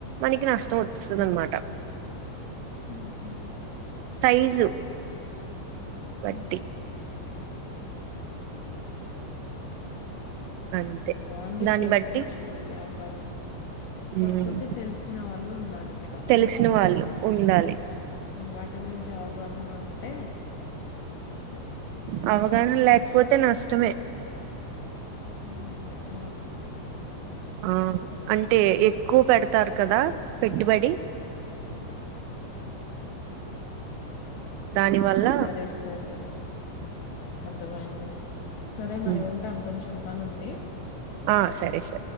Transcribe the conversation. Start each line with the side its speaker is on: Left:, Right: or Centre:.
Right: మనకి నష్టం వచ్చందన్నమాట
Left: ఉహు
Right: సైజు బట్టి
Left: ఉహు
Right: అంతే
Left: బాగుంది
Right: దాన్ని
Left: చేసుకోవచ్చు
Right: బట్టి
Left: ఇది వ్యాపారం కాకపోతే
Right: మ్
Left: తెల్సు కున వాళ్ళు ఉండాలి ఇట్లా
Right: తెలిసిన
Left: మీ లాగా
Right: వాళ్ళు ఉండాలి
Left: వాటి గురించి అవగాహన ఉంటే
Right: ఆ అవగాహన
Left: చేసుకోవచ్చు
Right: లేకపోతే నష్టమే
Left: ఉమ్ అర్థమవుతుంది
Right: ఆ అంటే ఎక్కువ పెడతారు కదా పెట్టుబడి దానివల్ల
Left: సరే సరే అర్థమైంది సరే మరి
Right: మ్,
Left: ఉంటాను కొంచెం పని ఉంది
Right: ఆ సరే సరే